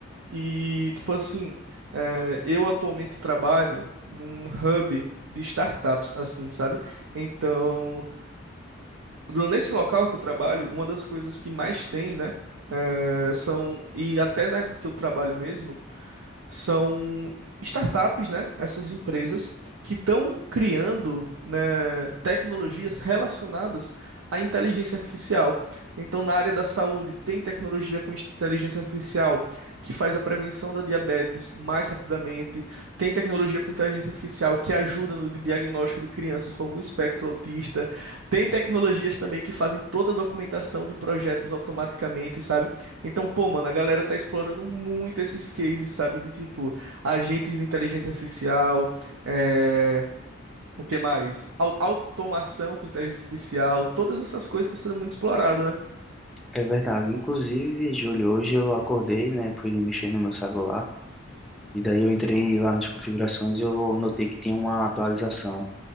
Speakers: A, on the right; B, in the centre.
A: E, tipo assim, é, eu atualmente trabalho num hub de startups, assim, sabe? Então, nesse local que eu trabalho, uma das coisas que mais tem, né? é, são, e até na que eu trabalho mesmo, são startups, né? Essas empresas que estão criando, né, tecnologias relacionadas à inteligência artificial. Então, na área da saúde, tem tecnologia com inteligência artificial que faz a prevenção da diabetes mais rapidamente, tem tecnologia com inteligência artificial que ajuda no diagnóstico de crianças com algum espectro autista, tem tecnologias também que fazem toda a documentação de projetos automaticamente, sabe? Então, pô, mano, a galera tá explorando muito esses cases, sabe? De tipo, agentes de inteligência artificial, é... o que mais? Au- automação com inteligência artificial, todas essas coisas estão sendo muito explorado, né?
B: É verdade. Inclusive, Júlio, hoje eu acordei, né, fui mexer no meu celular, e daí eu entrei lá nas configurações e eu notei que tinha uma atualização no